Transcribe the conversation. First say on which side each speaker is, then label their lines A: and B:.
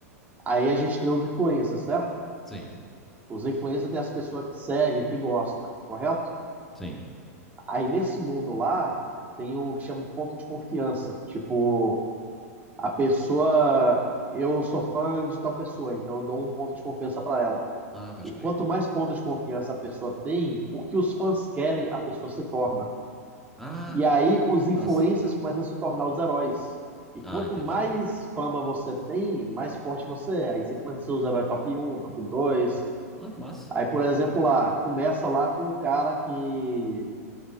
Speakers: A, on the right; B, in the centre.
A: Aí a gente tem os influencers, certo?
B: sim,
A: Os influencers tem as pessoas que seguem, que gostam, correto?
B: sim.
A: Aí nesse mundo lá, tem o que chama ponto de confiança. Tipo, a pessoa. Eu sou fã de tal pessoa, então eu dou um ponto de confiança pra ela.
B: Ah, pode
A: E quanto
B: crer.
A: mais pontos de confiança a pessoa tem, o que os fãs querem, a pessoa se torna.
B: Ah,
A: E aí os
B: que
A: influencers
B: massa.
A: começam a se tornar os heróis. E quanto
B: Ah, entendi.
A: mais fama você tem, mais forte você é. Aí você começa a ser os heróis top um, top 2.
B: Ah, que massa.
A: Aí, por exemplo, lá, começa lá com o cara que